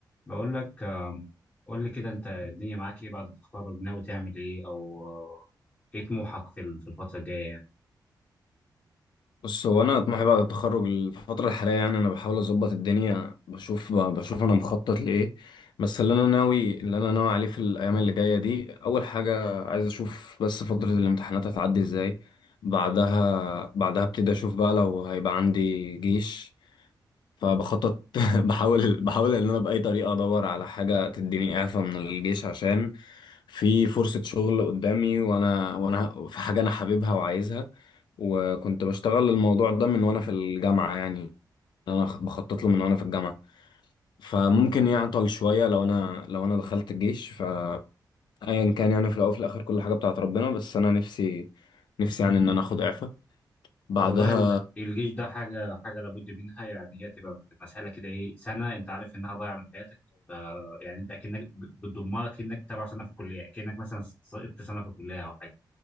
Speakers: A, on the left; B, on the left.
A: بقول لك آم، قول لي كده انت الدنيا معاك ايه بعد التخرج ناوي تعمل ايه او آه، ايه طموحك في ال- في الفترة الجاية يعني
B: بص هو انا طموحي بعد التخرج الفتره الحاليه يعني انا بحاول اظبط الدنيا بشوف ب- بشوف انا مخطط لايه بس اللي انا ناوي اللي انا ناوي عليه في الايام اللي جايه دي اول حاجه عايز اشوف بس فتره الامتحانات هتعدي ازاي بعدها بعدها ابتدي اشوف بقى لو هيبقى عندي جيش فبخطط <laughs> بحاول بحاول ان انا باي طريقه ادور على حاجه تديني اعفاء من الجيش عشان في فرصه شغل قدامي وانا وانا في حاجه انا حاببها وعايزها وكنت بشتغل الموضوع ده من وانا في الجامعه يعني انا بخطط له من وانا في الجامعه فممكن يعطل شويه لو انا لو انا دخلت الجيش فايا كان يعني في الاول وفي الاخر كل حاجه بتاعت ربنا بس انا نفسي نفسي يعني ان انا اخد اعفاء بعدها
A: والله ال- الجيش ده حاجة حاجة لابد منها يعني هي تبقى مسألة كده ايه سنة انت عارف انها ضايعة من حياتك ف- يعني انت اكنك ب- بتضمها كأنك تبع سنة في الكلية كأنك مثلا سقطت سنة في الكلية او حاجة